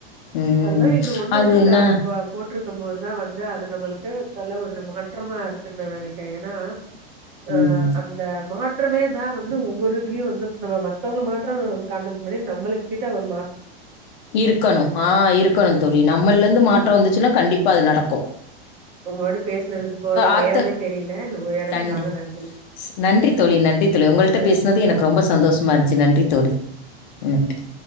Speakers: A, on the left (about 50°); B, on the right (about 45°).
A: ம்
B: அது மாதிரி இந்த ஒண்ணு
A: அது
B: ஒண்ணும்
A: என்ன
B: போட்டிருக்க இருக்கும் போோதுதான் வந்து அது நம்மளுக்கு நல்ல ஒரு மாற்றமா இருக்குன்னு ந நினைக்கிறேன் ஏன்னா அஹ்
A: ம்
B: அந்த மா மாமோன் வந்து ஒவ்வொரு இதுலயும் வந்து நம்ம மத்தவங்க மாற்றம் காண்றதுக்கு முன்னா நம்ம கிட்ட ஒரு மா
A: இருக்கணும் ஆஹ் இருக்கணும் தழி நம்மல இருந்து மாற்றம் வந்துச்சுன்னா கண்டிப்பா அது நடக்கும்
B: உங்களோட பேசுினதுக்கு போ
A: ஆத்த
B: நேரமே தெரியல இந்த உரையாடலுக்காக
A: கண்டி
B: நன்றி
A: நன்றி தோழி நன்றி தோழி உங்கள்கிட்ட
B: நன்றி
A: பேசுினது எனக்கு ரொம்ப சந்தோஷமா இருந்துச்சு நன்றி தோழி நன்றி